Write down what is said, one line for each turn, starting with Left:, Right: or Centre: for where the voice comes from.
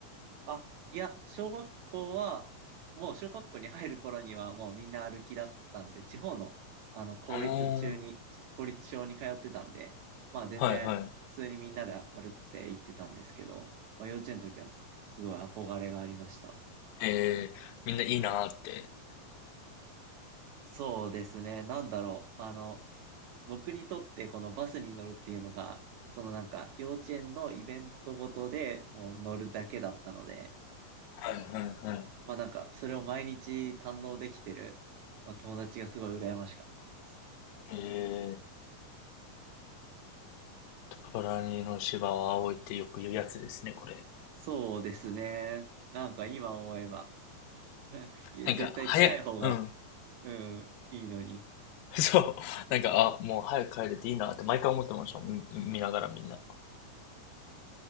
Right: あ、いや、小学校は、もう小学校に入る頃にはもうみんな歩きだったんで、地方の、あの、公立中に、
Left: あの
Right: 公立小に通ってたんで、まあ全然、
Left: はいはい。
Right: 普通にみんなで歩って行ってたんですけど、まあ幼稚園の時はすすごい憧れがありました。
Left: ええみんないいなーって。
Right: そうですね、なんだろう、あの、僕にとってこのバスに乗るっていうのが、そのなんか幼稚園のイベントごとでもう乗るだけだったので、
Left: はいはいはい。
Right: まあなんかそれを毎日堪能できてる、まあ、友達がすごい羨ましかったです。
Left: ええー、トラにの芝は青いってよく言うやつですね、これ。
Right: そうですね。なんか今思えば <laughs> 絶対近い方が、
Left: なんか、早い。うん。
Right: うん、いいのに。
Left: <laughs> そう。なんか、あ、もう早く帰れていいなって毎回思ってましたもん。み見ながらみんな。